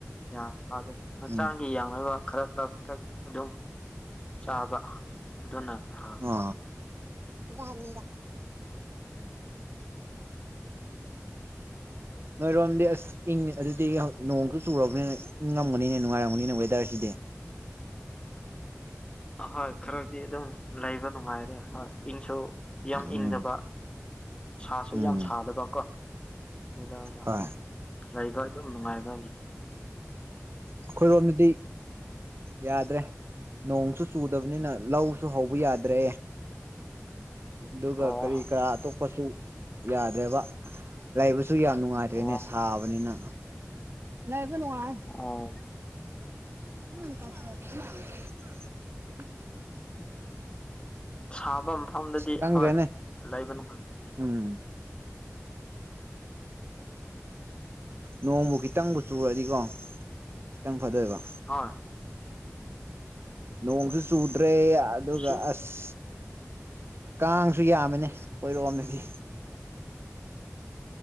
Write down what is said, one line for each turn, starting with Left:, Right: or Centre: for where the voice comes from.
Left: ꯌꯥ ꯑꯗ
Right: ꯎꯝ
Left: ꯆꯪꯈꯤ ꯌꯥꯎꯅ ꯈꯔ ꯈꯔꯛꯇ ꯑꯗꯨꯝ ꯆꯥꯕ ꯑꯗꯨꯅ ꯐꯕꯅꯤ
Right: ꯑ ꯎꯝ ꯅꯣꯏꯔꯣꯝꯗꯤ ꯑꯁ ꯏꯪ ꯑꯗꯨꯗꯤ ꯅꯣꯡꯁꯨ ꯆꯨꯔꯕꯅꯤꯅ ꯏꯪꯉꯝꯒꯅꯤꯅ ꯅꯨꯉꯥꯏꯔꯝꯒꯅꯤꯅꯦ ꯋꯦꯗꯔꯁꯤꯗꯤ
Left: ꯑꯍꯣꯏ ꯈꯔꯗꯤ ꯑꯗꯨꯝ ꯂꯩꯕ ꯅꯨꯡꯉꯥꯏꯔꯦ ꯍꯣꯏ ꯏꯪꯁꯨ ꯌꯥꯝ
Right: ꯎꯝ
Left: ꯏꯪꯗꯕ ꯁꯥꯁꯨ
Right: ꯎꯝ
Left: ꯌꯥꯝ ꯁꯥꯗꯕ ꯀꯣ ꯋꯦꯗꯔꯗ
Right: ꯍꯣꯏ
Left: ꯂꯩꯕ ꯑꯗꯨꯝ ꯅꯨꯡꯉꯥꯏꯕꯋ
Right: ꯑꯩꯈꯣꯏꯔꯣꯝꯗꯨꯗꯤ ꯌꯥꯗ꯭ꯔꯦ ꯅꯣꯡꯁꯨ ꯆꯨꯗꯕꯅꯤꯅ ꯂꯧꯁꯨ ꯍꯧꯕ ꯌꯥꯗ꯭ꯔꯦ ꯑꯗꯨꯒ
Left: ꯑꯣ
Right: ꯀꯔꯤ ꯀꯔꯥ ꯑꯇꯣꯞꯄꯁꯨ ꯌꯥꯗ꯭ꯔꯦꯕ ꯂꯩꯕꯁꯨ ꯁꯨ ꯌꯥꯝ ꯅꯨꯡꯉꯥꯏꯇ꯭ꯔꯦꯅꯦ
Left: ꯑꯣ
Right: ꯁꯥꯕꯅꯤꯅ ꯂ ꯋꯥ
Left: ꯑꯣ
Right: ꯍ
Left: ꯁꯥꯕ ꯃꯐꯝꯗꯗꯤ
Right: ꯈꯪꯗ꯭ꯔꯦꯅꯦ
Left: ꯍꯣꯏ ꯂꯩꯕ ꯅꯨꯡꯉꯥꯏꯇꯅꯤ
Right: ꯎꯝ ꯅꯣꯡꯕꯨ ꯈꯤꯇꯪꯕꯨ ꯆꯨꯔꯗꯤꯀꯣ ꯈꯤꯇꯪ ꯐꯗꯣꯏꯕ
Left: ꯍꯣꯏ
Right: ꯅꯣꯡꯁꯨ ꯆꯨꯗ꯭ꯔꯦ ꯑꯗꯨꯒ
Left: ꯏꯁꯤꯡ
Right: ꯑꯁ ꯀꯥꯡꯁꯨ ꯌꯥꯝꯕꯅꯦ ꯀꯣꯏꯔꯣꯑꯝꯅꯗꯤ